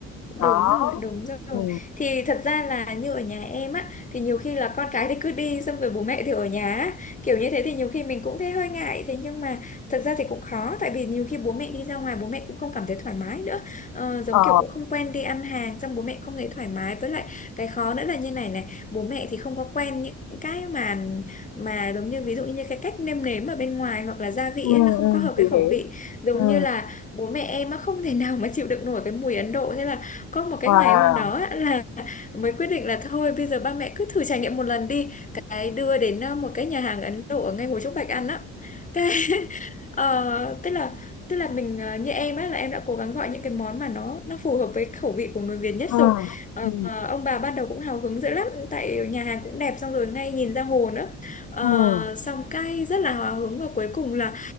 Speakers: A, on the left; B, on the left.
A: Đúng
B: đó
A: rồi, đúng rồi.
B: ừ.
A: Thì thật ra là như ở nhà em á, thì nhiều khi là con cái thì cứ đi xong rồi bố mẹ thì ở nhà, á. kiểu như thế thì nhiều khi mình cũng thấy hơi ngại, thế nhưng mà thật ra thì cũng khó tại vì nhiều khi bố mẹ đi ra ngoài bố mẹ cũng không cảm thấy thoải mái nữa. Ờ, giống
B: ờ
A: kiểu cũng không quen đi ăn hàng xong bố mẹ không thấy thoải mái với lại cái khó nữa là như này này, bố mẹ thì không có quen những cái mà mà giống như ví dụ như cái cách nêm nếm ở bên ngoài hoặc là gia vị
B: ừ,
A: ấy, nó không
B: ừ,
A: có hợp
B: chị
A: cái
B: hiểu
A: khẩu vị. Giống
B: ừ.
A: như là bố mẹ em á không thể nào mà chịu đựng nổi cái mùi Ấn Độ thế là có một cái
B: wow
A: ngày hôm đó á, là mới quyết định là thôi bây giờ ba mẹ cứ thử trải nghiệm một lần đi cái đưa đến ờ, một cái nhà hàng Ấn Độ ở ngay Hồ Trúc Bạch ăn á cái <laughs> ờ, tức là tức là mình ờ, như em á là em đã cố gắng gọi những cái món mà nó nó phù hợp với khẩu vị của người Việt nhất
B: ừ.
A: rồi Ờ,
B: Ừ.
A: ờ, ông bà ban đầu cũng hào hứng dữ lắm tại nhà hàng cũng đẹp xong rồi ngay nhìn ra hồ nữa Ờ,
B: Ừ.
A: xong cay rất là hào hứng và cuối cùng là